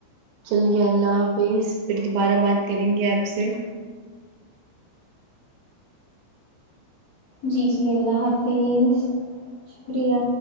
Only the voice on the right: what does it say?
چلیے اللہ حافظ پھر دوبارہ بات کریں گے آپ سے